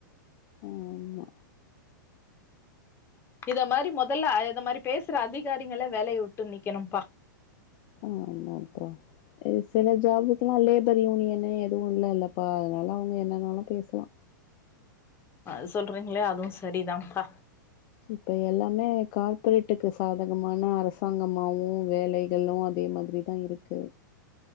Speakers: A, on the left; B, on the left.
A: ஆமா
B: இத மாரி மொதல்ல இத மாரி பேசற அதிகாரிங்கள வேலய விட்டு நீக்கணும்ப்பா
A: ஆமாம்பா அ சில ஜாப்குலா லேபர் யூனியனு எதுவூ இல்லல்லப்பா அனால அவங்க என்னென்னாலு பேசலாம்
B: அது சொல்றீங்ளே அதுவு சரிதான்ம்பா
A: இப்ப எல்லாமே கார்ப்ரேட்டுக்கு சாதகமான அரசாங்கமாவும் வேலைகளு அதே மாதிரி தா இருக்கு